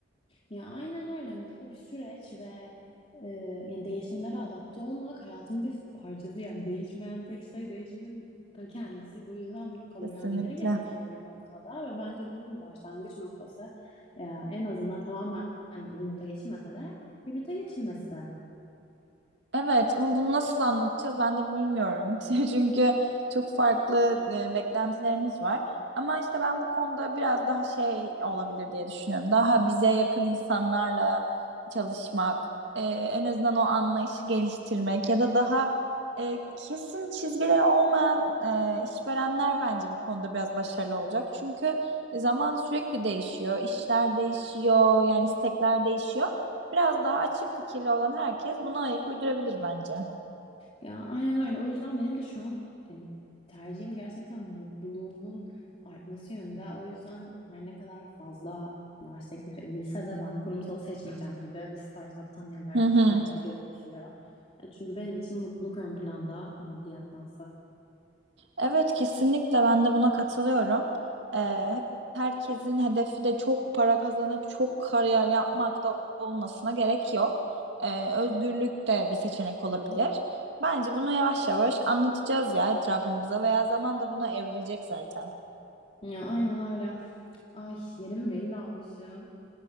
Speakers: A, on the left; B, on the right.
A: Ya aynen öyle. Yani Bu da bir süreç ve e, yani değişimlere adapte olmak hayatın bir parçası. Yani değişmeyen tek şey değişimin ta kendisi. Bu yüzden bunu kabullenmeleri
B: Kesinlikle.
A: gerekiyor bir noktada ve bence bunun başlangıç noktası e, en azından tamamen remote'a geçilmese de hibrite geçilmesi.
B: Evet ama bunu nasıl anlatacağız ben de bilmiyorum. <laughs> Çünkü çok farklı e, beklentilerimiz var. Ama işte ben bu konuda biraz daha şey olabilir diye düşünüyorum. Daha bize yakın insanlarla çalışmak, e, en azından o anlayışı geliştirmek ya da daha e, kesin çizgileri olmayan e, işverenler bence bu konuda biraz başarılı olacak. Çünkü zaman sürekli değişiyor, işler değişiyor, yani istekler değişiyor. Biraz daha açık fikirli olan herkes buna ayak uydurabilir bence.
A: Ya aynen öyle. O yüzden benim de şu an yani tercihim gerçekten mutluluğumun artması yönünde. O yüzden her ne kadar fazla maaş teklif edilse de ben kurumsalı seçmeyeceğim gibi bir startuptan ilerleyeceğim
B: Hı hı.
A: gibi gözüküyor. Ya çünkü benim için mutluluk ön planda maddiyattansa.
B: Evet kesinlikle ben de buna katılıyorum. Ee, hep herkesin hedefi de çok para kazanıp çok kariyer yapmak da olmasına gerek yok. Ee, özgürlük de bir seçenek olabilir. Bence bunu yavaş yavaş anlatacağız ya etrafımıza veya zaman da buna evrilecek zaten.
A: Ya aynen öyle. Ay yeni bir mail almışım.